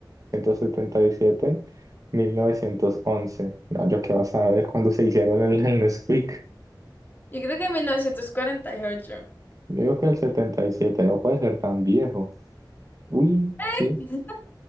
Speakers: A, on the right; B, on the left.
A: setenta y siete mil novecientos once No, yo qué vas a ver cuándo se hicieron el, el Nesquik.
B: Yo creo que en mil novecientos cuarenta y ocho
A: Yo digo que el 77 no puede ser tan viejo. Uy,
B: <laughs>
A: sí,